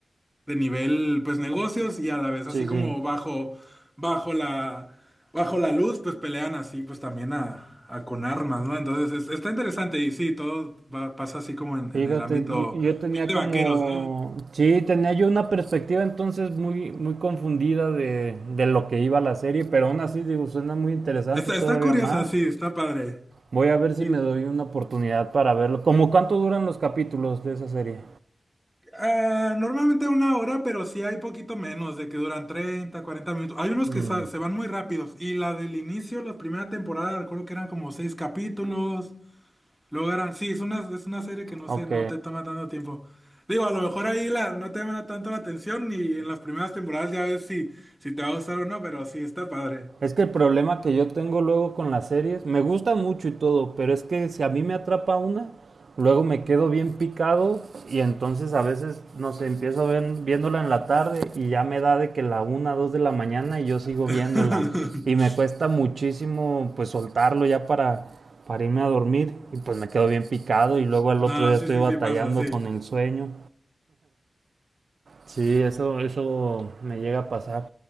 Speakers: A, in the centre; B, on the right (about 70°).
A: de nivel, pues negocios y a la vez
B: sí,
A: así como
B: sí.
A: bajo, bajo la, bajo la luz, pues pelean así, pues también a, a con armas, ¿no? Entonces es- está interesante y sí, todo va- pasa así como en,
B: Fíjate,
A: en el ámbito
B: yo, yo tenía
A: de
B: como,
A: vaqueros, ¿no?
B: sí, tenía yo una perspectiva entonces muy, muy confundida de, de lo que iba la serie, pero aún así digo, suena muy interesante
A: Está,
B: todavía
A: está curiosa,
B: más.
A: sí, está padre.
B: Voy a ver si
A: Y,
B: me doy una oportunidad para verlo. ¿Cómo cuánto duran los capítulos de esa serie?
A: ah, normalmente una hora, pero sí hay poquito menos, de que duran 30 40 minutos. Hay unos
B: Mm,
A: que sa- se van muy rápidos. Y la del inicio, la primera temporada, recuerdo que eran como seis capítulos. Luego era, sí, es una, es una serie que no
B: ok.
A: sé, no te toma tanto tiempo. Digo, a lo mejor ahí la, no te llama tanto la atención y en las primeras temporadas ya ves si, si te va a gustar o no, pero sí, está padre.
B: Es que el problema que yo tengo luego con las series, me gusta mucho y todo, pero es que si a mí me atrapa una, luego me quedo bien picado y entonces a veces, no sé, empiezo ven- viéndola en la tarde y ya me da de que la una, dos de la mañana y yo sigo
A: <laughs>
B: viéndola. Y me cuesta muchísimo pues soltarlo ya para, para irme a dormir y pues me quedo bien picado y luego al
A: No,
B: otro día
A: sí,
B: estoy
A: sí,
B: batallando
A: sí, pasa, sí.
B: con el sueño. Sí, eso, eso me llega a pasar.